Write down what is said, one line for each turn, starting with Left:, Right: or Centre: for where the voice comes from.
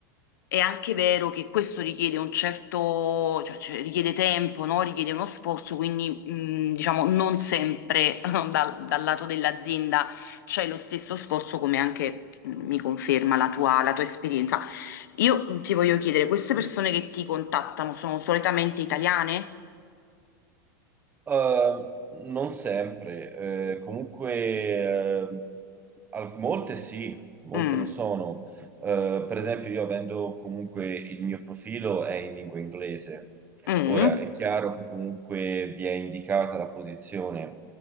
Left: è anche vero che questo richiede un certo, cioè, cioè, richiede tempo, no? Richiede uno sforzo, quindi mh, diciamo non sempre <laughs> dal, dal lato dell'azienda c'è lo stesso sforzo, come anche mh, mi conferma la tua, la tua esperienza. Io ti voglio chiedere, queste persone che ti contattano sono solitamente italiane?
Right: Ehm, non sempre, eh, comunque eh, al- molte sì, molte
Left: Mm,
Right: lo sono. Eh, per esempio, io avendo comunque il mio profilo è in lingua inglese.
Left: mm.
Right: Ora è chiaro che comunque vi è indicata la posizione,